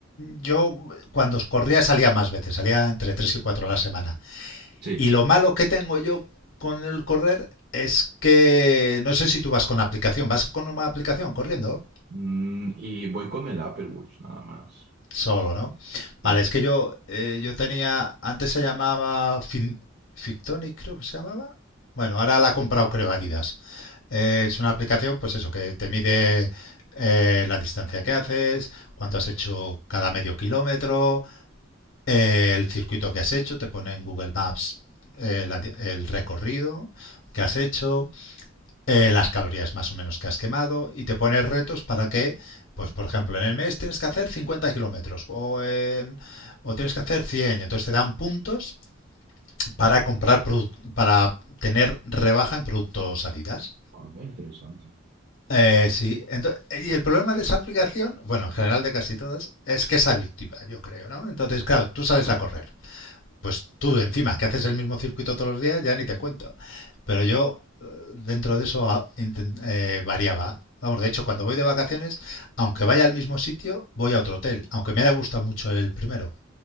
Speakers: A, on the left; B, on the right.
A: yo cuando corría salía más veces, salía entre 3 y 4 a la semana.
B: Sí.
A: Y lo malo que tengo yo con el correr es que no sé si tú vas con aplicación, ¿vas con una aplicación corriendo?
B: Mm, y voy con el Apple Watch, nada más.
A: Solo, ¿no?
B: Sí.
A: Vale, es que yo, eh, yo tenía, antes se llamaba Fin- Fictonic, creo que se llamaba. Bueno, ahora la ha comprado, creo, Adidas. Eh, es una aplicación, pues eso, que te mide eh, la distancia que haces, cuánto has hecho cada medio kilómetro, eh, el circuito que has hecho, te pone en Google Maps eh, la di- el recorrido que has hecho eh, las calorías más o menos que has quemado y te pones retos para que, pues por ejemplo, en el mes tienes que hacer 50 kilómetros o, en- o tienes que hacer cien entonces te dan puntos para comprar, para tener rebaja en productos Adidas.
B: Ah, muy interesante.
A: Eh, sí, entonces y el problema de esa aplicación, bueno, en general de casi todas, es que es adictiva, yo creo, ¿no? Entonces, claro, tú sales a correr pues tú encima, que haces el mismo circuito todos los días, ya ni te cuento. Pero yo eh, dentro de eso a- inten- eh, variaba. Vamos, de hecho, cuando voy de vacaciones, aunque vaya al mismo sitio, voy a otro hotel, aunque me haya gustado mucho el primero.